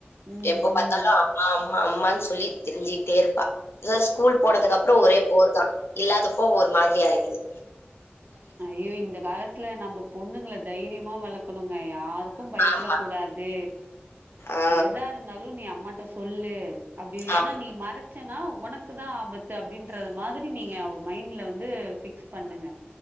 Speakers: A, on the right (about 50°); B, on the left (about 75°).
A: ம்
B: எப்ப பாத்தாலு
A: ம்
B: அம்மா அம் மா அம்மான் சொல்லி திரிஞ்சிட்டே இருப்பா அதா ஸ்கூல் போனதுக்கு அப்றொ ஒரே போர் தா இல்லாத ப்போ ஒரு மாத்ரி ஆய்க்கிது
A: ஐயோ இந்தக் காலத்துல நம்ப பொண்ணுங்கள தைரியமா வளக் க யாருக்கு பயப்டக்
B: ஆமா.
A: கூடாது
B: ஆ.
A: எதா இருந்தாலு நீ அம்மாட்ட சொல்லு அப்டி ஏன்னா
B: ஆ.
A: நீ மர சன்னா ஒனக்கு தா ஆபத் து அப்டின்றது மாதிரி நீங்க மைண்டல வந்து ஃபிக்ஸ் பண்ணுங்க.